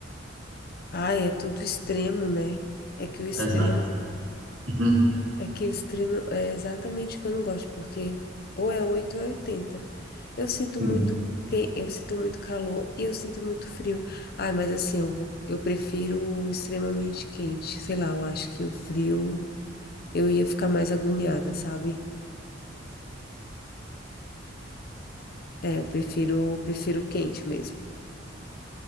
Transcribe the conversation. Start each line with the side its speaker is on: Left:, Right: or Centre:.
Left: Ai, é tudo extremo, né? É que o extremo
Right: Exato. <laughs>
Left: É que o extremo é exatamente o que eu não gosto, porque ou é 8 ou é 80. Eu sinto
Right: Sim.
Left: muito que eu sinto muito calor e eu sinto muito frio. Ai, mas assim, eu vou, eu prefiro o extremamente quente. Sei lá, eu acho que o frio eu ia ficar mais agoniada, sabe? É, eu prefiro, prefiro o quente mesmo.